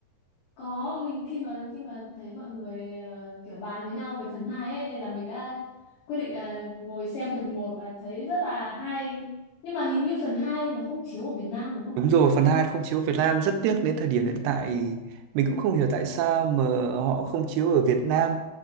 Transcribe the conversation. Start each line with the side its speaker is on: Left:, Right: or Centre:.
Left: Có mình khi mà khi mà thấy mọi người ờ, kiểu bàn với nhau về phần 2 ấy, nên là mình đã quyết định ờ, ngồi xem phần một và thấy rất là hay. Nhưng mà hình như phần 2 nó không chiếu ở Việt Nam đúng không?
Right: Đúng rồi, phần 2 không chiếu Việt Nam rất tiếc đến thời điểm hiện tại mình cũng không hiểu tại sao mà họ không chiếu ở Việt Nam